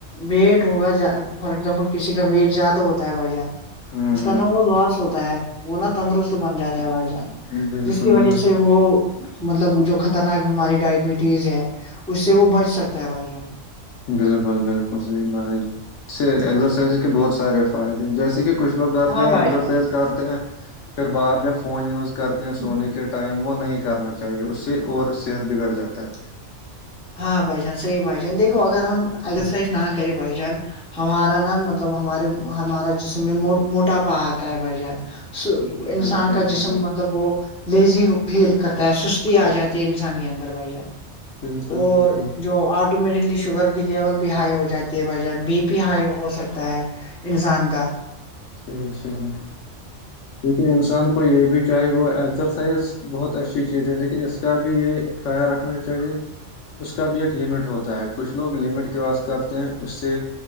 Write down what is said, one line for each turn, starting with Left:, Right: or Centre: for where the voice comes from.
Centre: ویٹ ہوگا فار ایزامپل کسی کا ویٹ زیادہ ہوتا ہے بھائی جان
Left: ہوں
Centre: اس کا
Left: ہوں
Centre: نا وہ لاس ہوتا ہے وہ نا تندرست بن جاتا ہے بھائی جان
Left: بالکل
Centre: جس کی وجہ
Left: بالکل
Centre: سے وہ مطلب جو خطرناک بیماری ڈائبٹیز ہے اس سے وہ بچ سکتا ہے بھائی جان
Left: بالکل بالکل صحیح بات ہے سےرسائزز کے بہت سارے فائدے جیسے کہ کچھ لوگ کرتے
Centre: ہاں
Left: ہیں
Centre: بھائی
Left: ایکسرسائز کرتے ہیں پھر بعد میں فون یوز کرتے
Centre: جان
Left: ہیں سونے کے ٹائم وہ نہیں کرنا چاہیے اس سے اور صحت بگڑ جاتا ہے
Centre: ہاں بھائی جان صحی بائی جان دیکو اگر ہم ایکگزرسائز نہ کریں بھائی جان ہمارا نا مطلب ہمارے ہمارا جسم میں موٹاپا آتا ہے بھائی جان
Left: ہے
Centre: انسان
Left: بالکل
Centre: کا
Left: بالکل
Centre: جسم مطلب وہ لیزی فیل کرتا ہے سستی آ جاتی ہے انسان کے اندر بھای جان
Left: بالکل
Centre: اورر
Left: بالکل
Centre: جو آ آٹومیٹلی شوگر کی لیول بھی ہائی ہو جاتی ہے بھ جان بی پی ہائی ہو سکتا ہے انسان کا
Left: صحیح صحیح کیکن انسان کو یہ بھی چاہے وہ ایکسرسائز بہت اچھی چیز ہے لیکن اس کا بھی یہ خیال رکھنا چاہیے اس کا بھی ایک لمٹ ہوتا ہے کچھ لوگ لمٹ کرواس کرتے ہیں اس سے